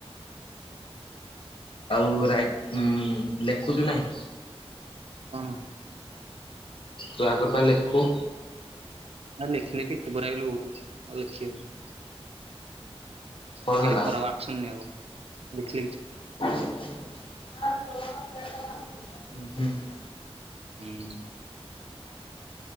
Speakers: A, on the left (about 55°); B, on the right (about 70°).
A: ଆଉ ରାଗ ଉଁ ଲେଖୁଛୁ ନାହିଁ
B: କଣ?
A: ତୁ ଆଗରୁ ପା ଲେଖୁ?
B: ଆଉ ଲେଖି ଲେଖି ଥୋବରା ହେଇଗଲି ବହୁତୁ ଆଉ ଲେଖି ହଉନି।
A: କଣ
B: ଏବେ ଖାଲି
A: ହେଲା?
B: କରା ହବ ଆକ୍ସନ ନିଆ ହବ ଦେଖିଲେ କିଛି
A: ଉଁ, ହୁଁ <unintelligible>
B: ହୁଁ।